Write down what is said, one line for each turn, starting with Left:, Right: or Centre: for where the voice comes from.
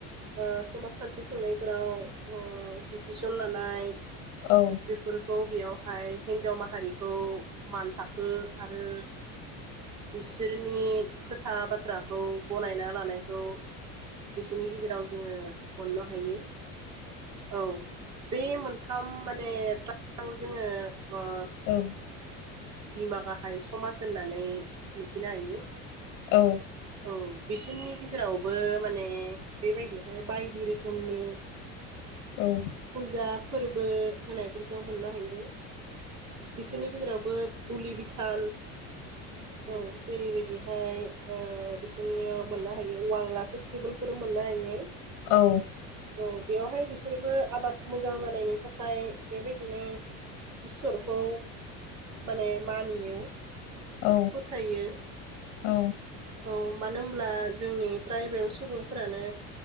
Right: ओ समास खानथि खुंनायफोराव ओ दिसिसन लानाय
Left: औ।
Right: बेफोरखौ बेयावहाय हिन्जाव माहारिखौ मान थाखो आरो बिसोरनि खोथा बाथ बाथ्राखौ गनायना लानायखौ बिसोरनि गेजेराव जोङो मोननो हायो। औ बे मोनथाम माने ट्राकआव जोङो ओ
Left: औ
Right: बिमा गाहाय समाज होननानै मिथिनो हायो।
Left: औ।
Right: औ बिसोरनि गेजेरावबो माने बेबायदिहाय बायदि रोखोमनि <unintelligible>
Left: औ।
Right: फुजा फोरबो होनायफोरखौ मोननो हायो बिसोरनि गेजेरावबो बुलि बिथान औ जेरैबायदिहाय ओ बिसोरनियाव मोननो हायो वांला फेस्टिभेलफोरबो मोननो हायो।
Left: औ।
Right: औ बेवहाय बिसोरबो आबाद मोजां जानायनि थाखाय बेबायदिनो इसोरखौ माने मानियो।
Left: औ
Right: फोथायो
Left: औ।
Right: औ मानो होनब्ला जोंनि ट्राइबेल सुबुंफोरानो